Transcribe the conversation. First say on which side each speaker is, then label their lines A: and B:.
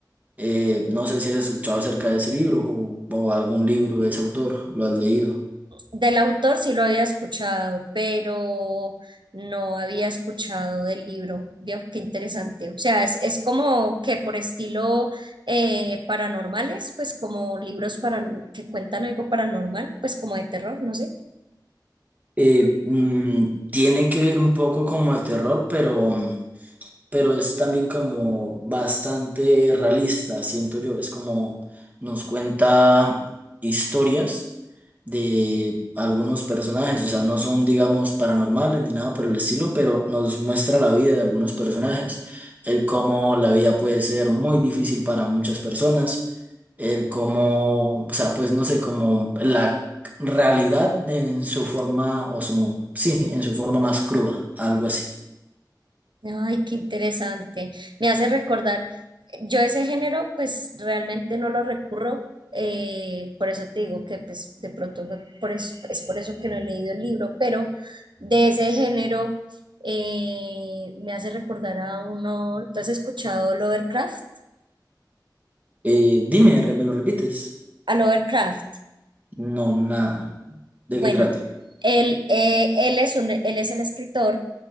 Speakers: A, on the right; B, on the right.
A: Eh, no sé si has escuchado acerca de ese libro o, o algún libro de ese autor, lo has leído.
B: Del autor sí lo había escuchado, pero no había escuchado del libro. Veo qué interesante. O sea, es, es como que por estilo eh, paranormales, pues como libros para, que cuentan algo paranormal, pues como de terror, no sé.
A: Eh, mm, tiene que ver un poco como de terror, pero pero es también como bastante realista, siento yo. Es como nos cuenta historias de algunos personajes, o sea, no son, digamos, paranormales ni nada por el estilo, pero nos muestra la vida de algunos personajes, el cómo la vida puede ser muy difícil para muchas personas, el cómo, o sea, pues no sé, como la realidad en su forma, o su, sí, en su forma más cruda, algo así.
B: Ay, qué interesante. Me hace recordar, yo ese género pues realmente no lo recurro, eh, por eso te digo que pues de pronto fue por eso- es por eso que no he leído el libro, pero de ese género eh, me hace recordar a uno, ¿tú has escuchado Lovecraft?
A: Eh, dime, re- ¿me lo repites?
B: A Lovecraft.
A: No, nada. ¿De
B: Bueno,
A: qué trata?
B: él, eh, él es un, él es el escritor.